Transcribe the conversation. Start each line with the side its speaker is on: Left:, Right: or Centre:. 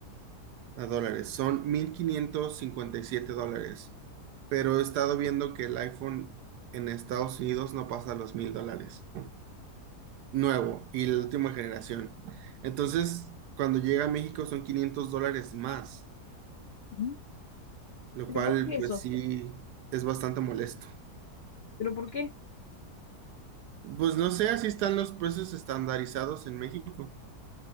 Right: a dólares, son 1.557 dólares, pero he estado viendo que el iPhone en Estados Unidos no pasa los mil dólares. nuevo y la última generación. Entonces, cuando llega a México son 500 dólares más,
Left: Ujú.
Right: lo
Left: ¿Pero
Right: cual
Left: por qué
Right: pues
Left: eso?
Right: sí es bastante molesto.
Left: ¿Pero por qué?
Right: Pues no sé, así están los precios estandarizados en México.